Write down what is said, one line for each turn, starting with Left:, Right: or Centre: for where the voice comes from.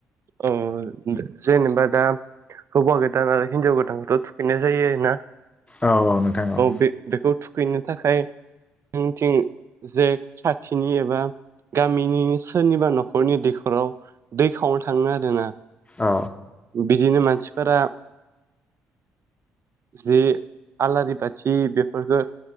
Right: अ जेनेबा दा हौवा गोदान आरो हिनजाव गोदानखौथ थुखैनाय जायो आरो ना।
Left: औ औ नोंथां औ।
Right: बे बेखौ थुखैनो थाखाय जोंथिं जे साथिनि एबा गामिनि सोरनिबा नखरनि दैखराव दै खावनो थाङो आरो ना।
Left: अ
Right: बिदिनो मानसिफोरा जि आलारि बाथि बेफोरफोरखो